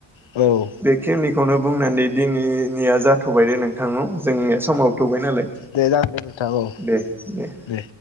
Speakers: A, on the left; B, in the centre.
A: औ।
B: बेखिनिखौनो बुंनानै दिनैनिया जाथ'बाय दे नोंथांनाव जोंनिया समाबो थ'बाय नालाय।
A: दे जागोन नोंथां औ।
B: दे दे
A: दे।